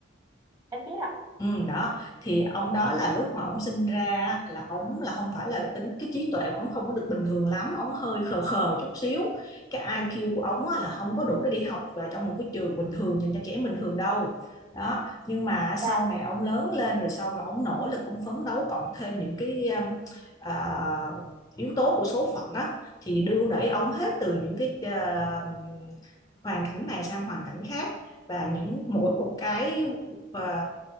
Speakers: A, on the right; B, on the left.
A: em biết ạ
B: Ừ, đó thì ông đó là lúc mà ông sinh ra á, là ông là không phải là tính cái trí tuệ của ông không có được bình thường lắm ông hơi khờ khờ chút xíu cái IQ của ông á, là không có đủ để đi học vào trong một cái trường bình thường dành cho trẻ bình thường đâu đó nhưng mà sau
A: dạ
B: này ông lớn lên rồi sau mà ông nỗ lực ông phấn đấu cộng thêm những cái um, à, yếu tố của số phận á thì đưa đẩy ông hết từ những cái à, hoàn cảnh này sang hoàn cảnh khác và những mỗi một cái à,